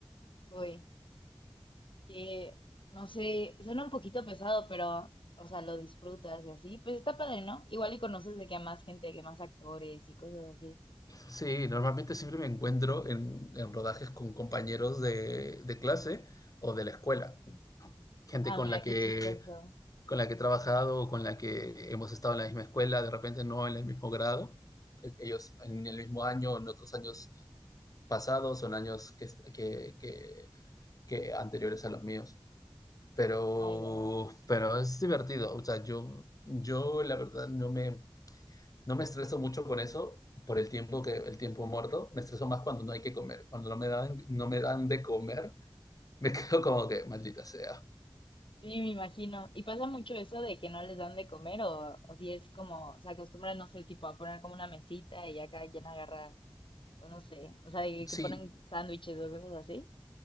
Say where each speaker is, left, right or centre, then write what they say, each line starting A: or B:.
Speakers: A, on the left; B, on the left.
A: uy, que no sé, suena un poquito pesado, pero, o sea, lo disfrutas y así. Pues está padre, ¿no? Igual y conoces de que a más gente, que más actores y cosas así.
B: Sí, normalmente siempre me encuentro en, en rodajes con compañeros de, de clase o de la escuela. gente
A: Ah,
B: con
A: mira,
B: la
A: qué
B: que,
A: chistoso.
B: con la que he trabajado con la que hemos estado en la misma escuela, de repente no en el mismo grado, E-, ellos en el mismo año, en otros años pasados, son años que, que, que, que anteriores a los míos. Pero,
A: Ah, ya.
B: pero es divertido, o sea, yo, yo la verdad no me, no me estreso mucho con eso por el tiempo que el tiempo muerto, me estreso más cuando no hay que comer, cuando no me dan no me dan de comer, me <laughs> quedo como que maldita sea.
A: Sí, me imagino. ¿Y pasa mucho eso de que no les dan de comer o, o si es como, se acostumbran, no sé, tipo a poner como una mesita y ya cada quien agarra, pues no sé, o sea, de
B: Sí,
A: que ponen sándwiches o cosas así?